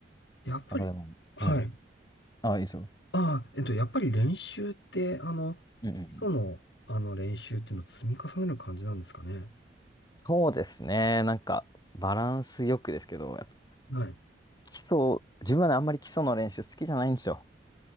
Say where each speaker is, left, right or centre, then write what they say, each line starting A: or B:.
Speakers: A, on the left; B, on the left.
A: やっぱり、
B: やっぱでも、
A: はい。
B: うん。あ、いいですよ。
A: ああ、えっと、やっぱり練習って、あの、
B: うんうんうん。
A: 基礎の、あの、練習っていうのを積み重ねる感じなんですかね。
B: そうですね。なんか、バランスよくですけど、やっぱ
A: はい。
B: 基礎、自分はね、あんまり基礎の練習好きじゃないんですよ。